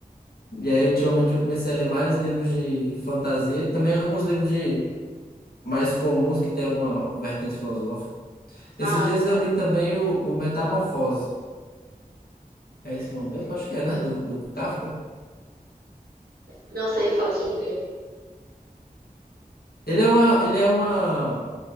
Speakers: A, on the left (about 85°); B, on the right (about 75°).
A: E aí, ultimamente, eu comecei a ler mais livros de fantasia, também alguns livros de mais comuns que tem alguma vertente filosófica. Esses
B: Ah,
A: dias
B: legal.
A: eu li também o, o Metamorfose. É esse nome mesmo? Acho que é, né? Do, do Kafka.
B: Não sei, fala sobre o quê?
A: Ele é uma, ele é uma,